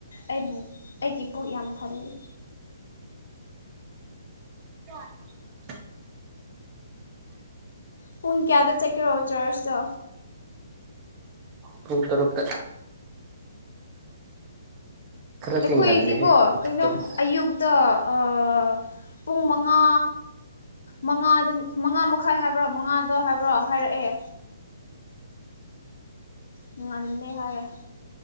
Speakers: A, on the left; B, on the right.
A: ꯑꯩꯕꯨ ꯑꯩꯒꯤ ꯄꯨꯛ ꯌꯥꯝ ꯊꯜꯂꯤ
B: ꯍ <unintelligible>
A: ꯄꯨꯡ ꯀꯌꯥꯗ ꯆꯠꯀꯦꯔꯣꯕ ꯆꯥꯔꯆꯇꯣ
B: ꯄꯨꯡ ꯇꯔꯨꯛꯇ ꯈꯔꯗꯤ
A: ꯑꯩꯈꯣꯏꯗꯤꯀꯣ
B: ꯉꯜꯂꯦꯍꯦ ꯄꯨꯡ
A: ꯀꯩꯅꯣ
B: ꯇꯔꯨꯛ
A: ꯑꯌꯨꯛꯇ ꯑ ꯄꯨꯡ ꯃꯉꯥ ꯃꯉꯥꯗ ꯃꯉꯥ ꯃꯈꯥꯏ ꯍꯥꯏꯕꯔ꯭ ꯃꯉꯥꯗ ꯍꯥꯏꯕ꯭ꯔ ꯍꯥꯏꯔꯛꯑꯦ ꯅꯨꯡ ꯉꯥꯟꯂꯦ ꯍꯥꯏꯌꯦ